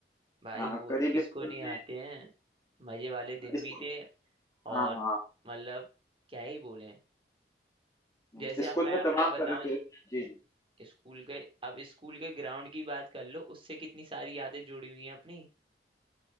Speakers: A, on the right (about 30°); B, on the left (about 20°).
A: भाई
B: हाँ
A: वो
B: करीब
A: तो किसको
B: स्कूल
A: नहीं
B: में
A: आते हैं मजे वाले दिन
B: स्कूल
A: भी थे और
B: हाँ हाँ
A: मतलब क्या ही बोले
B: हम्म,
A: जैसे
B: स्कूल
A: अब मैं
B: में
A: अपना
B: तमाम
A: बताऊं
B: तरह के जी जी
A: स्कूल के अब स्कूल के ग्राउंड की बात कर लो उससे कितनी सारी यादें जुड़ी हुई हैं अपनी